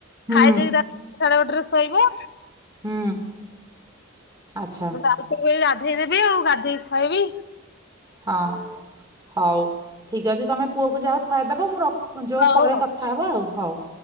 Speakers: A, on the right (about 20°); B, on the left (about 50°).
A: ହୁଁ
B: ଖାଇଦେଇକି ତାର ସାଢେ ଗୋଟେରେ ଶୋଇବ।
A: ହୁଁ ଆଚ୍ଛା।
B: ମୁଁ ତ ଆଉଥରେ କହୁଚି ଗାଧେଇଦେବି ଆଉ ଗାଧେଇକି ଖୁଆଇବି।
A: ହଁ ହଉ। ଠିକ୍ ଅଛି ତମେ ପୁଅକୁ ଯାହା ଖୁଆଇଦେବ ମୁଁ ର ଯଉ
B: ହଉ
A: ପରେ
B: ହଉ।
A: କଥା ହେବା ଆଉ ହଉ।